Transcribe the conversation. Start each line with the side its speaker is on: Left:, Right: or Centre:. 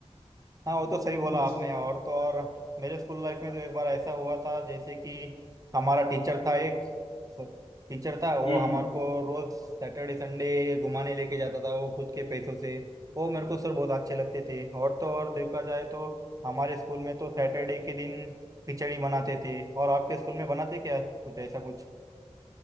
Right: हाँ वो तो सही बोला
Left: हम्म
Right: आपने और तो और मेरे स्कूल लाइफ में तो एक बार ऐसा हुआ था जैसे कि हमारा टीचर था एक टीचर था वो
Left: हम्म
Right: हमारे
Left: हम्म।
Right: को रोज सैटरडे संडे घुमाने लेके जाता था वो खुद के पैसों से वो मेरे को सर बहुत अच्छे लगते थे और तो और देखा जाए तो हमारे स्कूल में तो सैटरडे के दिन खिचड़ी बनाते थे और आपके स्कूल में बनाते क्या कुछ ऐसा कुछ